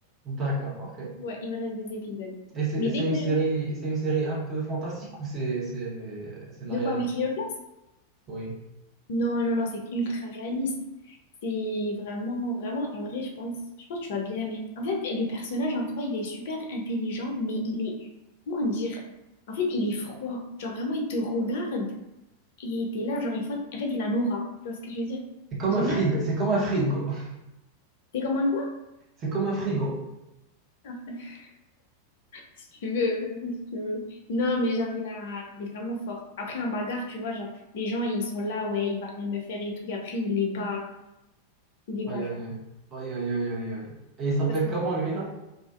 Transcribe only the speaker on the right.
D'accord, ok.
Et c'est
c'est
une
série, c'est une série un peu fantastique ou c'est c'est c'est de
la réalité?
Oui.
C'est comme
un frigo,
c'est comme un frigo. <laughs>
C'est comme un frigo.
Oui,
oui,
oui. Oui, oui, oui, oui, oui. Et il s'appelle
comment
lui là?